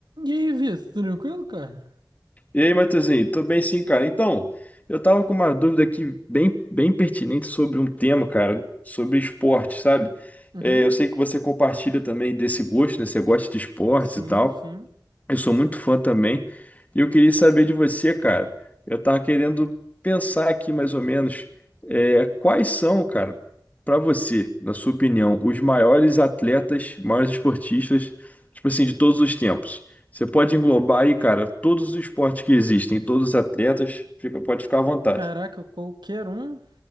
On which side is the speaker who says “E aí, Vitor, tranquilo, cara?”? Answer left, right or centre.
Right